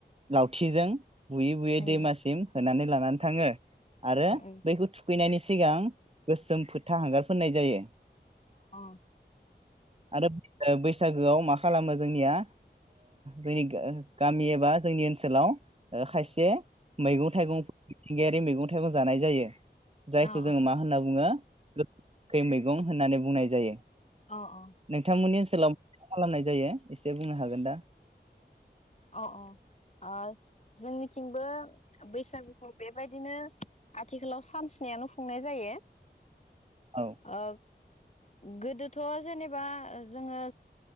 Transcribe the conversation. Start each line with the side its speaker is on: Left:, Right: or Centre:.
Right: लावथिजों बुयै बुयै
Left: उम
Right: दैमासिम होनानै लानानै थाङो आरो
Left: उम अ
Right: बैखौ थुखैनायनि सिगां गोसोम फोथा हांगार फोननाय जायो
Left: अ
Right: आरो बैसागोआव मा खालामो जोंनिया जोंनि गामि एबा जोंनि ओनसोलाव खायसे मैगं थाइगं मिथिंगायारि मैगं थाइगं जानाय जायो
Left: अ
Right: जायखौ
Left: अ
Right: जोङो मा होनना बुङो औ खै मैगं होननानै बुंनाय जायो
Left: अ अ
Right: नोंथांमोननि ओनसोलाव मा खालामनाय जायो एसे बुंनो हागोन दा
Left: अ अ ओ जोंनिथिंबो बैसागुखौ बेबायदिनो आथिखालाव सान स्नियानो खुंनाय जायो
Right: औ
Left: आ गोदोथ' जेनेबा जोङो